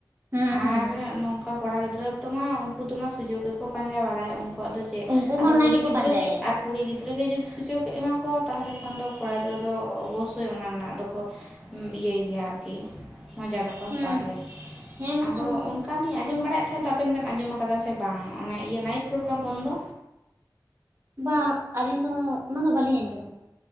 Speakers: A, on the right; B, in the centre.
A: ᱦᱩᱸ ᱦᱩᱸ
B: ᱟᱨ ᱱᱚᱝᱠᱟ ᱠᱚᱲᱟ ᱜᱤᱫᱽᱨᱟᱹ ᱛᱚᱢᱟ ᱩᱱᱠᱩ ᱫᱚᱢᱟ ᱥᱩᱡᱳᱜᱽ ᱜᱮᱠᱚ ᱯᱟᱸᱡᱟ ᱵᱟᱲᱟᱭᱟ ᱩᱱᱠᱩ, ᱟᱠᱣᱟᱜ ᱫᱚ ᱪᱮᱫ
A: ᱩᱱᱠᱩ
B: ᱟᱫᱚ
A: ᱢᱟ ᱚᱱᱟ
B: ᱠᱩᱲᱤ
A: ᱜᱮᱠᱚ
B: ᱜᱤᱫᱽᱨᱟᱹ
A: ᱯᱟᱸᱡᱟᱭᱮᱫ
B: ᱜᱮ ᱟᱨ ᱠᱩᱲᱤ ᱜᱤᱫᱽᱨᱟᱹᱜ ᱜᱮ ᱡᱩᱫᱤ ᱥᱩᱡᱳᱜᱽ ᱮᱢᱟ ᱠᱚᱣᱟ ᱛᱟᱦᱚᱞᱮ ᱠᱷᱟᱱ ᱫᱚ ᱠᱚᱲᱟ ᱜᱤᱫᱽᱨᱟᱹ ᱫᱚ ᱚᱵᱚᱥᱥᱳᱭ ᱚᱱᱟ ᱨᱮᱱᱟᱜ ᱫᱚᱠᱚ, ᱤᱭᱟᱹᱭ ᱜᱮᱭᱟ ᱟᱨᱠᱤ ᱢᱚᱡᱟ ᱫᱚᱠᱚ
A: ᱦᱩᱸ
B: ᱦᱟᱛᱟᱣ ᱜᱮᱭᱟ
A: ᱦᱮᱸ ᱵᱟᱠᱷᱟᱱ
B: ᱟᱫᱚ
A: ᱫᱚ
B: ᱩᱱ ᱚᱱᱠᱟᱞᱤᱧ ᱟᱸᱡᱚᱢ ᱵᱟᱲᱟᱭᱮᱫ ᱛᱟᱦᱮᱸ ᱫᱚ ᱟᱵᱮᱱ ᱵᱮᱱ ᱟᱸᱡᱚᱢ ᱟᱠᱟᱫᱟ ᱥᱮ ᱵᱟᱝ ᱚᱱᱮ ᱤᱭᱟᱹ ᱱᱟᱭᱤᱴ ᱯᱨᱳᱜᱨᱟᱢ ᱵᱚᱱᱫᱚ᱾
A: ᱵᱟᱝ ᱟᱹᱞᱤᱧ ᱫᱚ ᱚᱱᱟᱫᱚ ᱵᱟᱹᱞᱤᱧ ᱟᱸᱡᱚᱢ ᱠᱟᱫᱟ᱾